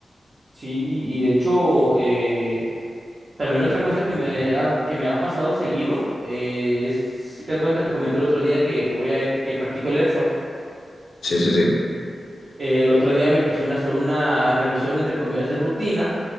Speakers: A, on the right; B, on the left.
A: Sí, y de hecho, eh, también otra cosa que me ha, que me ha pasado seguido eh, es, si te acuerdas que te comenté el otro día que voy a, que practico el airsoft,
B: Sí, sí, sí.
A: Eh, el otro día me quisieron hacer una revisión entre comillas de rutina